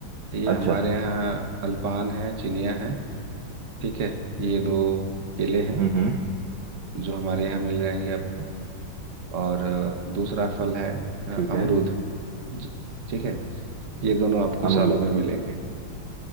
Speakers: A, on the right; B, on the right.
A: ये हमारे
B: अच्छा
A: यहाँ अल्पान है चिनिया है ठीक है ये दो केले हैं
B: हम्म हम्म
A: जो हमारे यहाँ मिल जाएंगे आपको और अ, दूसरा फल है अ,
B: ठीक
A: अमरूद
B: है
A: ज- ठीक है ये दोनों आपको सालों
B: अमरूद
A: भर मिलेंगे